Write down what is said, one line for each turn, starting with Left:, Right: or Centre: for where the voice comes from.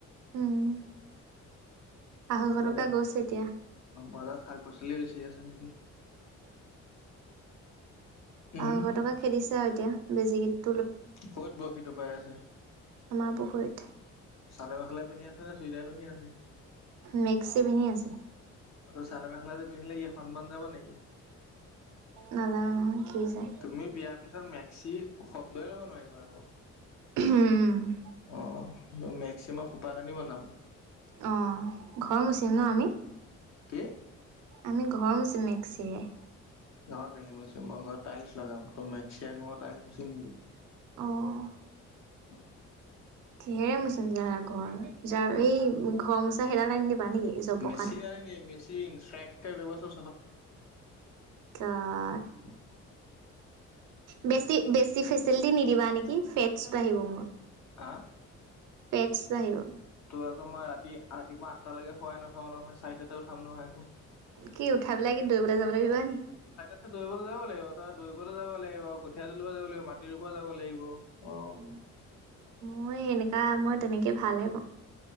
Right: উম আঢ়ৈশ
Left: বজাৰ
Right: টকা
Left: অ
Right: গৈছে এতিয়া
Left: বজাৰত শাক পাচলি বেছি আছে নেকি? উম
Right: আহৈশৰ টকা খেদিছে আৰু এতিয়া বেজি কেই।
Left: ক'ত বশিত পাই আছে?
Right: আমাৰ পুখুৰীত
Left: চাদ মেখেলাই পিন্ধি আছে ন চুইতাৰ পিন্ধি আছে।
Right: মেক্স পিন্ধি আছে।
Left: ত চালা মেখেলাতে পিন্ধিলে কি সন্মান যাব নেকি?
Right: নাজানো নহয় কি যে
Left: তুমি বিয়াৰ পিছত মে সি শব্দই ল'ব নোৱাৰিবা আৰু
Right: উম,
Left: অ, মেক্সিমাম খোপা কানি বনাম
Right: অ, ঘৰ মুচিম ন আমি
Left: কে,
Right: আমি ঘৰ মচি মেক্সিৰে।
Left: ঘৰ কেি ম মই ঘৰত টাইলছ লগাম তই মেক্সিয় টাইলছ মচ নেকি
Right: অ
Left: আহ,
Right: কিহেৰে মচিম তেতিয়া হ'লে ঘৰ যাৰ
Left: এ
Right: এই ঘৰ মোচা সেইডালাই নি দিব
Left: মেচিন আনি দিম মেচিন চেককে কৰিব চব
Right: <unintelligible>
Left: উ,
Right: বেছি বেছি ফেচিলিটি নিদিবা নেকি ফেটছ বাঢ়িব মোৰ।
Left: হা,
Right: ফেটচ বাঢ়িব
Left: তোমাক আকৌ মই ৰাতি ৰাতিপুৱা আঠটালৈকে খুৱাই নথাও নহয় চাৰিটাতেও উঠাম নহয় আকৌ
Right: কি উঠাই পেলাই কি দৌৰিবলৈ যাব লাগিব।
Left: ত দৌৰিবলৈ যাব লাগিব তই দৌৰিবলৈ যাব লাগিব কুঠীয়া দৌৰিব যাব লাগিব মাটিৰ পৰাপ যাব লাগিব। অ'
Right: উ, মই এনেকা মই তেনেকে ভালে পাওঁ।